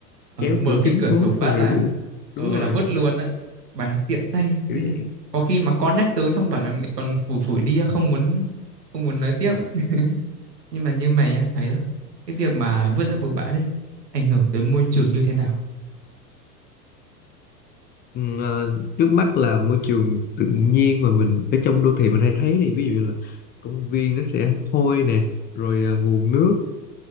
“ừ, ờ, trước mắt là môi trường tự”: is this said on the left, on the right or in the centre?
Left